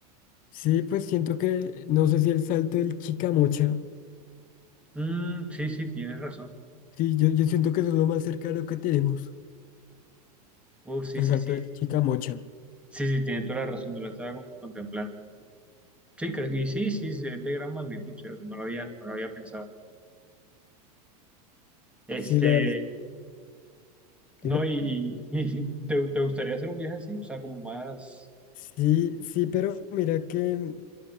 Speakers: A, on the left; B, in the centre.
A: Sí, pues siento que, no sé si el salto del Chicamocha.
B: Mm, sí, sí, tienes razón.
A: Sí, yo, yo siento que eso es lo más cercano que tenemos.
B: Oh, sí,
A: El
B: sí,
A: salto
B: sí.
A: del Chicamocha.
B: Sí, sí, tienes toda la razón, no la estaba con- contemplando. Sí, creo que sí, sí, sí, es de gran magnitud, o sea, no lo había, no lo había pensado. Este,
A: Sí, la verdad.
B: no,
A: Dime.
B: y, y- y ¿te, te gustaría hacer un viaje así? O sea, como más,
A: Sí, sí, pero mira que